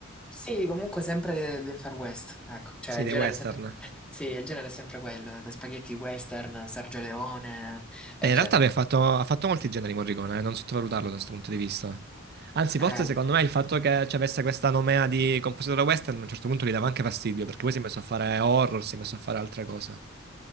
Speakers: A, in the centre; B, on the right (about 50°).
A: Sì, comunque sempre de- del Far West, ecco, cioè
B: Sì,
A: il
B: dei
A: genere
B: western.
A: è sempre, <laughs> sì, il genere è sempre quello, eh, spaghetti western, Sergio Leone, eccetera.
B: Eh, in realtà lui ha fatto, ha fatto molti generi Morricone, eh, non sottovalutarlo da questo punto di vista. Anzi,
A: Eh,
B: forse secondo me il fatto che ci avesse questa nomea di compositore western a un certo punto gli dava anche fastidio, perché poi si è messo a fare horror, si è messo a fare altre cose.